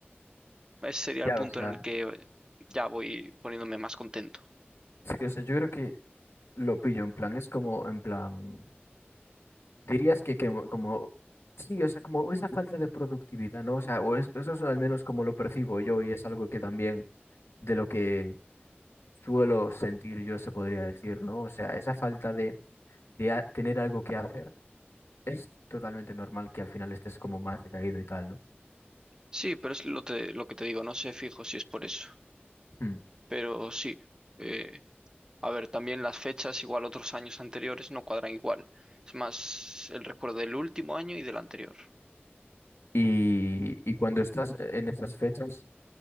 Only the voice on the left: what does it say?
ya,
o sea,
sí, o sea, yo creo que lo pillo, en plan, es como, en plan, dirías que, que como, sí, o sea, como esa falta de productividad, ¿no? O sea, o es- eso es al menos como lo percibo yo y es algo que también de lo que suelo sentir yo, se podría decir, ¿no? O sea, esa falta de, de a- tener algo que hacer es totalmente normal que al final estés como más decaído y tal, ¿no?
Mm.
Y, y cuando estás eh, en esas fechas,